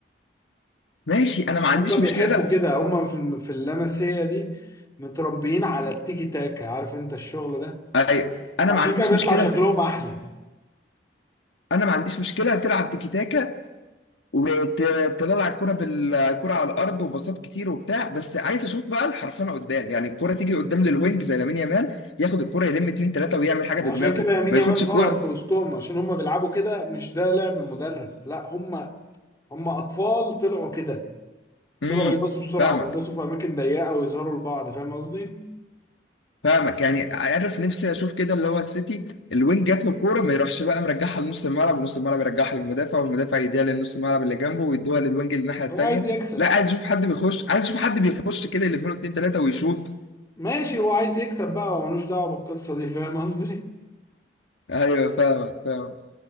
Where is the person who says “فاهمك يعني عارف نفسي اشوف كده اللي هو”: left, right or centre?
Left